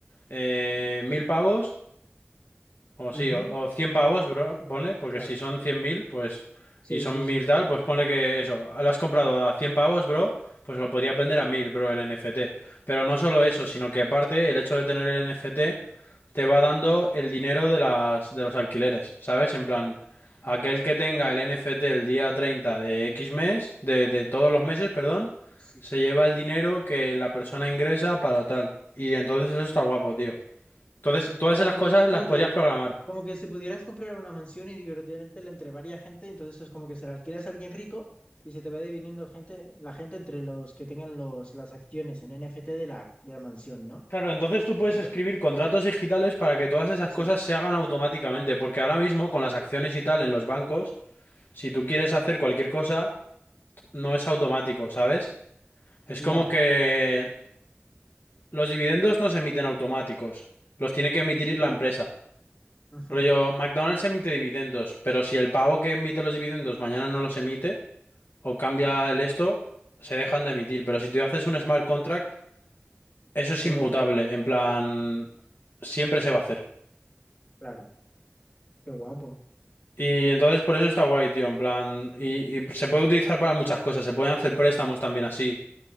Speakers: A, on the left; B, on the left.
A: eh, mil pavos, o
B: ujú,
A: sí, o, o 100 pavos, bro, ponle, porque
B: Claro,
A: si son 100.000 pues,
B: sí,
A: y son
B: sí, sí,
A: 1.000 tal, pues ponle que eso, lo has comprado a 100 pavos, bro, pues lo podrías vender
B: sí,
A: a 1.000 bro, el NFT. Pero no solo eso, sino que aparte el hecho de tener el NFT te va dando
B: sí,
A: el dinero de las, de los alquileres, ¿sabes? En plan,
B: ya,
A: aquel que tenga el NFT el día 30 de X mes, de, de todos los meses, perdón,
B: sí.
A: se lleva el dinero que la persona ingresa para tal. Y entonces eso está guapo, tío. Entonces, todas
B: Claro,
A: esas
B: entonces
A: cosas
B: es como
A: las podrías
B: que
A: programar.
B: Como que si pudieras comprar una mansión y divertirte entre varias gente, entonces es como que se la alquilas a alguien rico y se te va dividiendo gente, la gente entre los que tengan los, las acciones en NFT de la, de la mansión, ¿no?
A: Claro, entonces tú
B: Por
A: puedes
B: ejemplo.
A: escribir contratos digitales para que todas esas
B: Sí,
A: cosas se hagan automáticamente, porque ahora mismo con las acciones y tal en los bancos, si
B: sí,
A: tú quieres hacer cualquier cosa, no es automático, ¿sabes? Es
B: ya,
A: como que los dividendos no se emiten automáticos, los tiene que emitir
B: sí,
A: la empresa.
B: ujú,
A: Rollo, McDonald's emite dividendos, pero si el pavo que emite los dividendos mañana no los emite o cambia
B: ya.
A: el esto, se dejan de emitir. Pero si tú haces un smart contract, eso es
B: Se
A: inmutable,
B: va haciendo, con-
A: en plan, siempre se va a hacer.
B: claro. Qué guapo,
A: Y entonces por eso está guay, tío, en plan, y, y se puede utilizar para muchas cosas, se pueden hacer préstamos también así,